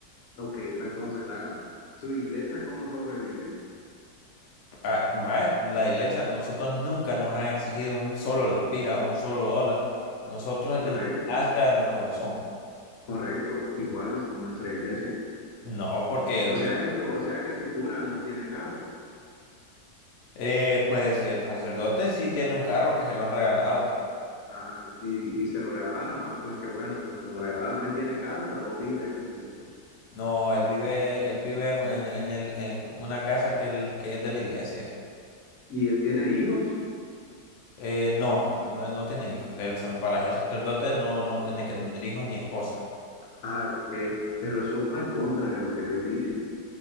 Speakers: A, on the left (about 55°); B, on the left (about 75°).
A: Ok, entonces, ah, ¿su iglesia cómo sobrevive?
B: Ah, vaya, la iglesia, nosotros nunca nos han exigido un solo lempira o un solo dólar. Nosotros
A: Correcto,
B: es de lo que nazca en el corazón.
A: correcto, iguales con nuestra iglesia.
B: No, porque
A: O sea
B: yo,
A: que su, o sea que su cura no tiene carro.
B: eh, pues el sacerdote sí tiene un carro que se lo han regalado.
A: Ajá, y, y se lo regalaron. Ah, pues qué bueno que se lo regalaron. ¿Él tiene casa o vive en la iglesia?
B: No, él vive, él vive en, en- en el, en una casa que, él- que es de la iglesia.
A: ¿Y él tiene hijos?
B: Eh, no, no, él no tiene hijos. Él, sa- para
A: Ah,
B: ser sacerdote no, no tiene que
A: ok.
B: tener hijos ni esposa.
A: Ah, ok. Pero eso va en contra de lo que Dios dice.